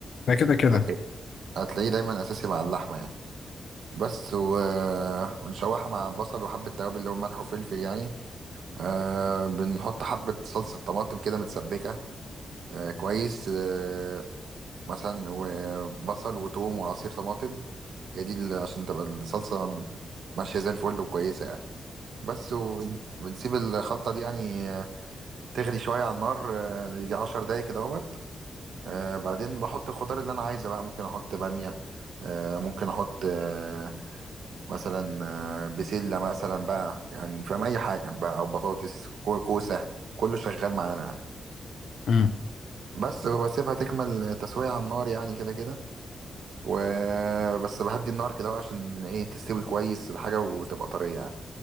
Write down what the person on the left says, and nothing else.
ده كده كده
امم